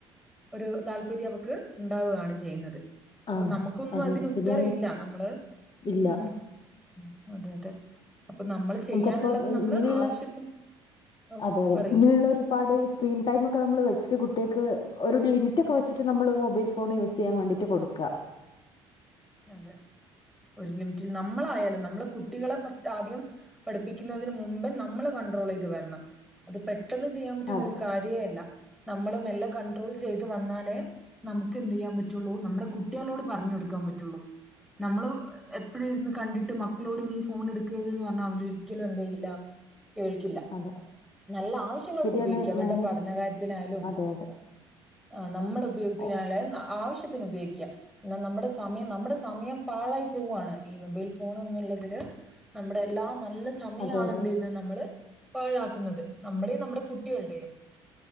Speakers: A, in the centre; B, on the left (about 40°).
A: ഒരു താല്പര്യം അവക്ക് ഉണ്ടാവുകയാണ് ചെയ്യുന്നത് അപ്പൊ
B: ആഹ്
A: നമുക്കൊന്നും
B: അതെ
A: അതിനു
B: അതെ ശരിയാണ്
A: ത്തരയില്ല നമ്മള്
B: ഇല്ല
A: ഉം അതെ അതെ അപ്പൊ നമ്മൾ ചെയ്യാനുള്ളത്
B: നമുക്കപ്പ
A: നമ്മള്
B: ഇങ്ങനെയുള്ള
A: ആവശ്യത്തിന് ഓ
B: അതെതെ
A: പറയൂ
B: ഇങ്ങനെയുള്ള ഒരുപാട് സ്ക്രീൻ ടൈമ ഒക്കെ നമ്മള് വെച്ചിട്ട് കുട്ടികൾക്ക് ഒരു ലിമിറ്റ് ഒക്കെ വെച്ചിട്ട് നമ്മള് മൊബൈൽ ഫോൺ യൂസ് ചെയ്യാൻ വേണ്ടിട്ട് കൊടുക്കുവാ
A: അതെ ഒരു ലിമിറ്റിൽ നമ്മളായാലും നമ്മള് കുട്ടികളെ ഫസ്റ്റ് ആദ്യം പഠിപ്പിക്കുന്നതിന് മുമ്പ് നമ്മള് കൺണ്ട്രോൾ ചെയ്ത് വരണം അത് പെട്ടെന്ന് ചെയ്യാൻ പറ്റുന്നൊ
B: അതെ
A: ഒരു കാര്യേ അല്ല നമ്മള് മെല്ലെ കണ്ട്രോൾ ചെയ്ത് വന്നാലേ നമുക്ക് എന്ത് ചെയ്യാൻ പറ്റുള്ളൂ നമ്മുടെ കുട്ടികളോട് പറഞ്ഞു കൊടുക്കാൻ പ റ്റുള്ളു നമ്മള് എപ്പെഴ് ഇരുന്ന് കണ്ടിട്ട് മക്കളോട് നീ ഫോൺ എടുക്കരുതെന്ന് പറഞ്ഞാല് അവർ ഒരിക്കലും എന്ത്‌ ചെയയില്ല കേൾക്കില്ല
B: അതെ
A: നല്ല ആവശ്യങ്ങൾക്ക്
B: ശരിയാണ്
A: ഉപയോഗിക്കാം അവരുടെ
B: ഞാന്
A: പഠനകാര്യത്തിനയാലും
B: അതെ അതെ
A: ആ നമ്മുടെ ഉപയോഗിക്കതിന
B: ഓ
A: ആവശ്യ ത്തി ഉപയോഗിക്കുക നമ്മുടെ സമയം നമ്മുടെ സമയം പാഴായി പോവയാണ് ഈ മൊബൈൽ ഫോൺ എന്നുള്ളതില് നമ്മുടെ എല്ല നല്ല സമയണ
B: അതെ അതെ
A: എന്ത്ന്ന് നമ്മള് പാഴാക്കുന്നത് നമ്മുടെയും നമ്മുടെ കുട്ടികളുടെയും